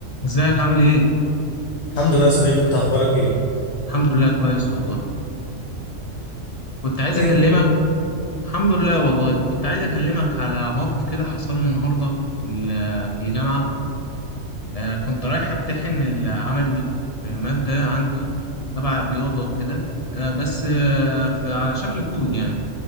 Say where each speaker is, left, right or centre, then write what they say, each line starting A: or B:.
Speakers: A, on the left (about 40°); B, on the left (about 60°).
A: ازيك عامل ايه؟
B: الحمد لله يا صديقي انت اخبارك ايه
A: الحمد لله كويس والله كنت عايز
B: ايه
A: اكلمك
B: الدنيا
A: الحمد لله والله كنت عايز اكلمك على موقف كده حصل لي النهارده في ال- في الجامعه آه كنت رايح امتحن العملي في ماده عندي تبع الرياضه وكده آه بس آه في على شكل كود يعني